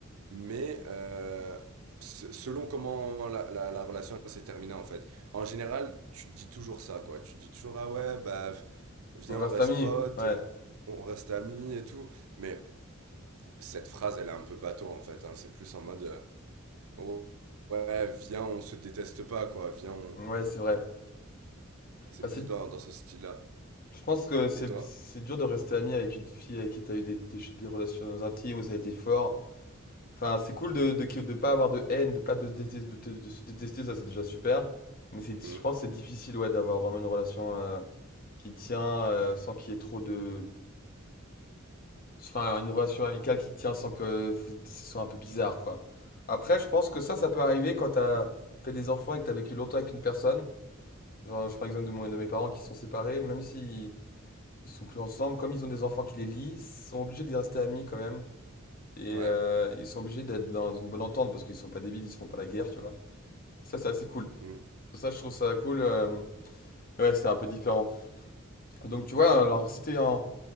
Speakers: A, on the right; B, on the left.
A: Mais euh, se- selon comment la, la, la relation s'est terminée, en fait. En général, tu dis toujours ça, quoi. Tu dis toujours, ah ouais, bah, viens,
B: On reste
A: on reste
B: ami?
A: potes,
B: Ouais.
A: euh, on reste amis et tout. Mais cette phrase, elle est un peu bateau, en fait. hein. C'est plus en mode, euh, oh, ouais, viens, on se déteste pas, quoi. Viens, on...
B: Ouais, c'est vrai.
A: C'est
B: Bah, c'est-
A: plus dans, dans ce style-là.
B: je pense que c'est
A: Et toi?
B: c'est dur de rester ami avec une fille avec qui t'as eu des, des- des relations intimes où ça a été fort. Enfin, c'est cool de, de, de pas avoir de haine, de pas de, détester- de, de- de se détester, ça c'est déjà super. Mais c'est,
A: Mm.
B: je pense que c'est difficile ouais, d'avoir vraiment une relation euh, qui tient euh, sans qu'il y ait trop de. Enfin, une relation amicale qui tient sans que ce soit un peu bizarre, quoi. Après, je pense que ça, ça peut arriver quand t'as fait des enfants et que t'as vécu longtemps avec une personne. Genre, je prends l'exemple de, mon- de mes parents qui sont séparés, même s'ils ils sont plus ensemble, comme ils ont des enfants qui les lient, ils sont obligés d'y rester amis quand même. Et
A: Ouais.
B: euh, ils sont obligés d'être dans une bonne entente parce qu'ils sont pas débiles, ils se font pas la guerre, tu vois. Ça, c'est assez cool.
A: Mm.
B: Ça, je trouve ça cool. euh, Ouais, c'est un peu différent. Donc, tu vois, alors, si t'es en,